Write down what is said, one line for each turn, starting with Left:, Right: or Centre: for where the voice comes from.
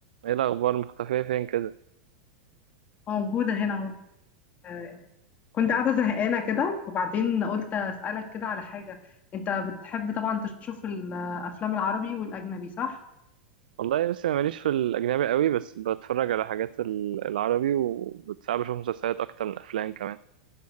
Right: ايه الاخبار مختفيه فين كده
Left: موجودة هنا اهو آه، كنت قاعدة زهقانة كده وبعدين قلت أسألك كده على حاجة أنت بتحب طبعا تشوف الأفلام العربي والأجنبي صح؟
Right: والله بس انا ماليش في الاجنبي قوي بس بتفرج على حاجات ال- العربي وبتساعد بشوف مسلسلات اكتر من افلام كمان